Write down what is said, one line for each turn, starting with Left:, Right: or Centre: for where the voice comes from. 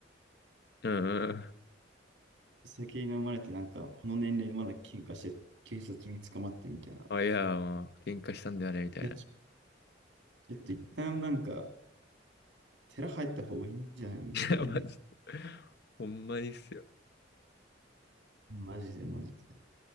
Left: うんうん。
Right: 酒に飲まれて、なんか、この年齢でまだ喧嘩して、警察に捕まってみたいな。
Left: あ、いや、もう、喧嘩したんだよね、みたいな。
Right: いや、ちちょっと一旦なんか、寺入った方がいいんじゃないみたいなね。
Left: いや、マジで。ほんまにっすよ。
Right: マジでマジで。